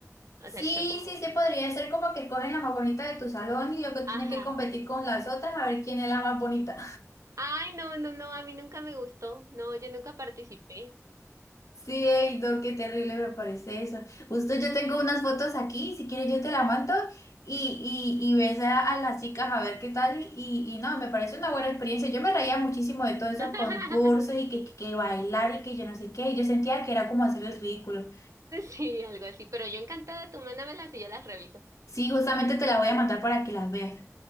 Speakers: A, on the right; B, on the left.
A: O
B: sí,
A: sea, que son como,
B: sí, se podría hacer como que escogen la más bonita de tu salón y luego
A: ajá.
B: tienes que competir con las otras a ver quién es la más bonita.
A: Ay, no, no, no, a mí nunca me gustó. No, yo nunca participé.
B: Sí, ey, no, qué terrible me parece eso. Justo yo tengo unas fotos aquí, si quieres yo te la mando y, y, y ves a, a las chicas a ver qué tal y, y no, me parece una buena experiencia. Yo me reía muchísimo de todos
A: <laughs>
B: esos concursos y que, que, que bailar y que yo no sé qué, yo sentía que era como hacer el ridículo.
A: Sí, algo así, pero yo encantada, tú mándamelas y yo las reviso.
B: Sí, justamente te la voy a mandar para que las veas.